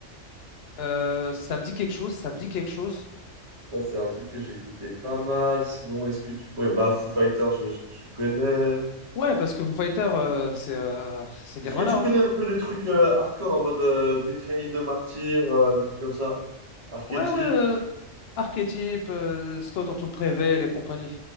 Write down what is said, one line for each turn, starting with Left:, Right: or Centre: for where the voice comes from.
Left: Euh, ça me dit quelque chose, ça me dit quelque chose.
Right: ça c'est un truc que j'écoutais pas mal sinon est-ce que tu pourrais bah Foo Fighters j'imagine que tu connais
Left: Ouais, parce que Foo Fighters, euh, c'est euh, c'est
Right: est-ce
Left: Nirvana.
Right: que tu connais
Left: hein.
Right: un peu les trucs euh, hardcore en mode euh, Betrayed de Martyr euh, les trucs comme ça archétype
Left: Ouais, ouais, euh, Archetype, euh, Slaughter to Prevail et compagnie.